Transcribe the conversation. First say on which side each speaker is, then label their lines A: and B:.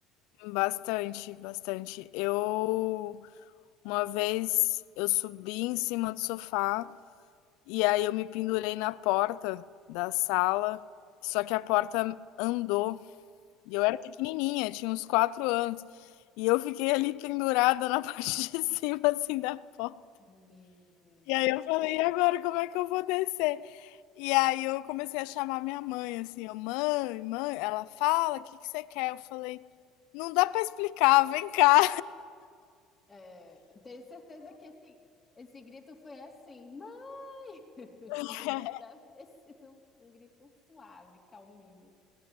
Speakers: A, on the left (about 75°); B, on the left (about 20°).
A: Bastante, bastante. Eu uma vez eu subi em cima do sofá e aí eu me pendurei na porta da sala, só que a porta andou e eu era pequenininha, tinha uns quatro anos e eu fiquei ali pendurada na parte <laughs> de cima assim da porta.
B: <laughs> Meu Deus.
A: E aí eu falei, e agora como é que eu vou descer? E aí eu comecei a chamar minha mãe assim, eu, mãe, mãe, ela fala, o que que você quer? Eu falei, não dá para explicar, vem cá.
B: É, eu tenho certeza que esse, esse grito foi assim, mãe! <laughs>
A: <laughs>
B: Não, não deve ter sido um grito suave, calminho.